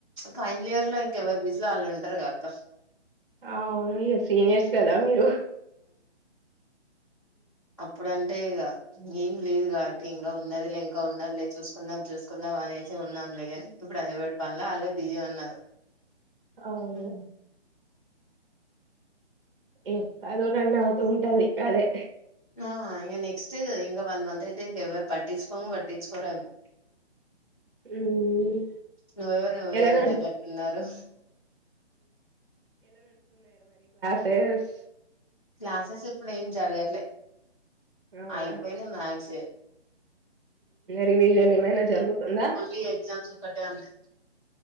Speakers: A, on the left (about 30°); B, on the right (about 50°).
A: ఫైనల్ ఇయర్ లో ఇంకెవరు బిజిలో వాళ్ళు ఉంటారు కదక్క
B: ఆ లోయర్ సీనియర్స్ కదా మీరు
A: అప్పుడం ఏం లేదు కాబట్టి ఇంకా ఉన్నది లే ఉండరులే చూసుకుందాం చూసు కుందాం అనేసి ఉన్నాం లేగానీ, ఇప్పుడు ఎవరి పనులో వాళ్ళే బిజీ ఉన్నారు
B: అవును
A: మ్మ్
B: <unintelligible> అవుతూ ఉంటది అదే
A: ఆ ఇగ నెక్స్ట్ ఇక వన్ మంత్ అయిత ఇంకెవరు పట్టించుకోను పట్టించుకోరేమో
B: ఉమ్
A: నువ్వెవరు నువ్వెవరు
B: ఎలా నడు
A: అనేటట్టున్నారు
B: శేస్
A: క్లాసెస్ ఇప్పుడు ఏం జరగదు
B: అవునా
A: అయిపోయినాయి మాక్స్
B: రివిజన్ ఏమైనా జరుగుతుందా
A: ఓన్లీ ఎగ్జామ్స్ ఒకటే ఉన్నాయి